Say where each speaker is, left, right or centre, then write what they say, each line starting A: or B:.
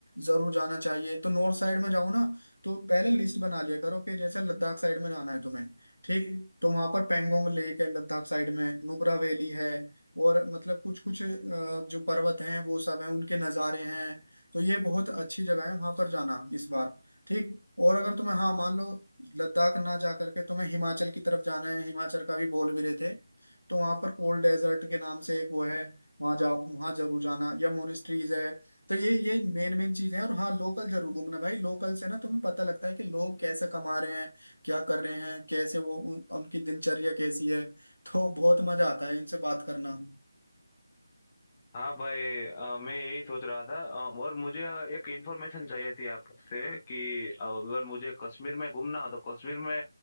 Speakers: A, on the left; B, on the left.
A: जरूर जाना चाहिए तो नॉर्थ साइड में जाओ ना तो पहले लिस्ट बना लिया करो कि जैसे लद्दाख साइड में जाना है तुम्हें ठीक तो वहां पर पेंगोंग लेक है लद्दाख साइड में नुब्रा वैली है और मतलब कुछ कुछ जो पर्वत हैं वो सब हैं उनके नज़ारे हैं तो ये बहुत अच्छी जगह है वहां पर जाना इस बार ठीक और अगर तुम्हें हाँ मान लो लद्दाख ना जा करके तुम्हें हिमाचल की तरफ जाना है हिमाचल का भी बोल भी रहे थे तो वहां पर कोल्ड डेजर्ट के नाम से एक वो है वहां जाओ वहां जरूर जाना या मोनेस्ट्रीज है तो ये ये मेन मेन चीजें हैं और हाँ लोकल जरूर घूमना भाई लोकल से ना तुम्हें पता लगता है कि लोग कैसे कमा रहे हैं क्या कर रहे हैं कैसे वो उन, उनकी दिनचर्या कैसी है तो बहुत मजा आता है इनसे बात करना
B: हाँ भाई अ, मैं यही सोच रहा था अ, और मुझे अ, एक इंफॉर्मेशन चाहिए थी आपसे कि अगर मुझे कश्मीर में घूमना हो तो कश्मीर में